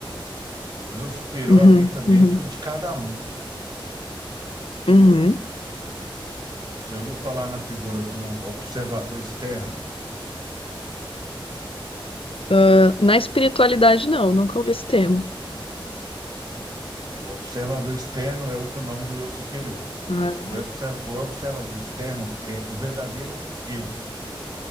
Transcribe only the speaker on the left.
uhum,
uhum,
uhum.
Ah, Na espiritualidade, não, nunca ouvi esse termo.
Ah,